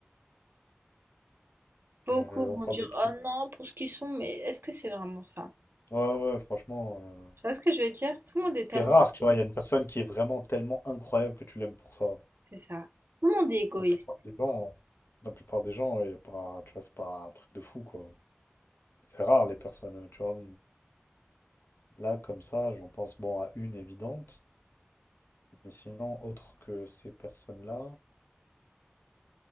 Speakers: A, on the right (about 65°); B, on the left (about 75°).
A: Beaucoup
B: Euh,
A: vont
B: on parle
A: dire
B: de qui?
A: «Oh non, pour ce qu'ils sont», mais est-ce que c'est vraiment ça?
B: Ouais, ouais, ouais, franchement, euh,
A: Tu vois ce que je veux dire? Tout le monde est
B: c'est
A: tellement
B: rare,
A: égoïste,
B: tu vois. Il y a une personne qui est vraiment tellement incroyable que tu l'aimes pour ça.
A: c'est ça. Tout le monde est égoïste.
B: La plupart des gens, la plupart des gens, il y a pas, tu vois, c'est pas un truc de fou, quoi. C'est rare, les personnes, euh, tu vois. Là, comme ça, j'en pense, bon, à une évidente. Mais sinon, autre que ces personnes-là,